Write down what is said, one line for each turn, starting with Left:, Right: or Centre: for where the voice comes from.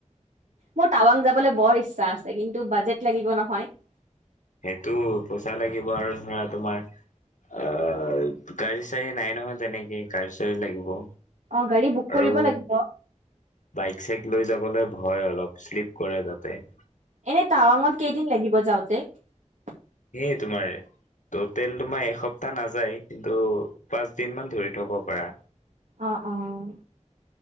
Right: মোৰ টাৱাং যাবলৈ বৰ ইচ্ছা আছে কিন্তু বাজেট লাগিব নহয় <inaudible>
Left: সেইটো পইচা লাগিব আৰু ধৰা তোমাৰ আহ গাড়ী চাৰড়ী নাই নহয় তেনেকে গাড়ি চাৰি লাগিব <inaudible>
Right: অ' গাড়ী বুক
Left: আৰু
Right: কৰিব লাগিব
Left: বাইক চাইক লৈ যাবলৈ ভয় অলপ শ্লিপ কৰে তাতেই।
Right: এনেই টাৱাঙত কেইদিন লাগিব যাওঁতে? তে
Left: সেই তোমাৰে টটেল তোমাৰ এসপ্তাহ নাযায় কিন্তু পাঁচ দিন মান ধৰি থব পাৰা।
Right: অ', অ'।